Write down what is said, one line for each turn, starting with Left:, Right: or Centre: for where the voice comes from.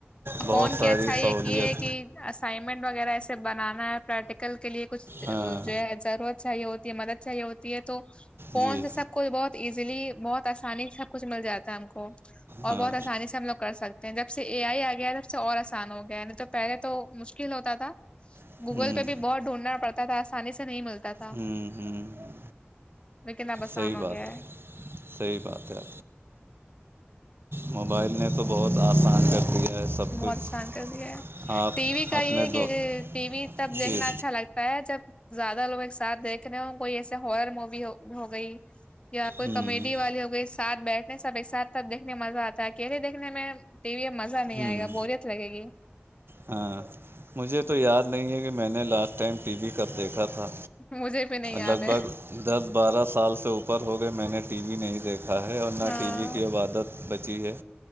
Right: بہت
Left: فون کی
Right: ساری
Left: اچھائی
Right: سہولیت
Left: ایک یہ ہے کہ اسائنمنٹ وغیرہ ایسے بنانا ہے پریکٹیکل کے لیے کچھ
Right: ہاں
Left: جو ہے ضرورت چاہیے ہوتی ہے مدد چاہیے ہوتی ہے تو فون
Right: جی
Left: سے سب کو بہت ایزیلی بہت آسانی سے سب کچھ مل جاتا ہے ہم کو اور
Right: ہاں
Left: بہت آسانی سے ہم لوگ سکتے ہیں جب سے اے آئی آ گیا ہے تب سے اور آسان ہو گیا ہے نہیں توب پہلے تو مشکل ہوتا تھا
Right: ہوں
Left: گوگل پہ بھی بہت ڈھونڈنا پڑتا تھا آسانی سے نہیں ملتا تھا
Right: ہوں ہوں ہ
Left: لیکن اب آسان
Right: صحیح
Left: ہو
Right: بات
Left: گیا
Right: ہے سی بات ت آ موبائل نے تو بہت آسان کر دیا ہے سب
Left: بہت
Right: کچھ
Left: آسان کر دیا
Right: آپ
Left: ٹی وی کا
Right: اپنے
Left: یہ ہے کہ
Right: دوست
Left: ٹی وی تب دیکھنا
Right: جی
Left: اچھا لگتا پ جب زیادہ لوگ ایک ساتھ دیکھنے ہوں کوئی ایسے ہارر مووی ہو گئی یا کوئی
Right: ہوں
Left: کامیڈی والے ہو گئے سھ بیٹھنے سب ایک ساتھ سب دیکنے مزہ آتا ہے کیلے دھنے میں ٹی وی میں مزہ نہیں
Right: ہوں
Left: آئے گا بوریت لگے گی
Right: ہاں مجھے تو یاد نہیں ہے کہ میں نے لاسٹ ٹائم ٹی وی کب دیکھا تھا
Left: مجھے بھی نہیں یاد
Right: لگ
Left: ہے
Right: بھگ دس بارہ سال سے اوپر ہو گئے میں نے ٹی وی نہیں دیکھا تھاا ہے اور نہ
Left: ہاں
Right: ٹی وی کی عبادت بچی ہے